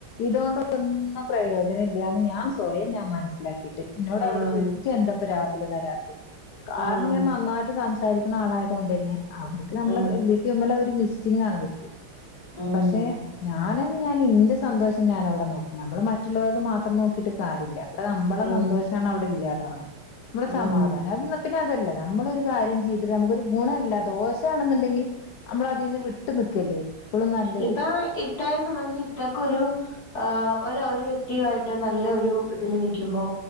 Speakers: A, on the left; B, on the left.
A: ഇതുകൊണ്ട് ഒന്നും പ്രയോജനം ഇല്ലന്ന് ഞാൻ സ്വയം ഞാൻ മനസ്സിലാക്കി. ഇന്നോട്
B: ഉം
A: അവര് ചോദിക്കും ഇജ്ജെന്തപ്പ രാവിലെ വരാത്തെ? കാരണം
B: ഉം
A: ഞാൻ നന്നായിട്ട് സംസാരി ക്ക്ണ ആളായതൊണ്ട് തന്നെ അവർക്ക് നമ്മള്പ
B: ഉം
A: മിസ്സിങാണ് അവർക്ക്
B: ഉം
A: പക്ഷെ ഞാനന്ന ഞാൻ ഇന്റെ സന്തോഷം ഞാൻവിടെ നോക്കി നമ്മള് മറ്റുള്ളവർത് മാത്രം നോക്കിട്ട് കാര്യല്ല. അവിടെ നമ്മളെ
B: ഉം
A: സന്തോഷണ് അവിടെ ഇല്ലാതവണ നമ്മുടെ
B: ഉം
A: സമാധാനം അ പിന്നെ അതല്ല നമ്മളൊരു കാര്യം ചെയ്തിട്ട് നമുക്കൊരു ഗുണല്ല ദോശണെന്നുണ്ടെങ്കിൽ നമ്മള അതിൽന്ന് വി ട്ട് നിക്കല്ലേ? നല്ലത്
B: ഇപ്പ ഇത്തായെ സംബന്ധിച്ച് ഇത്തക്കൊരു ആഹ് ഒര ഒരു വ്യക്തിആയിട്ട് നല്ല ഒരു ഇതില് നിൽക്കുമ്പോ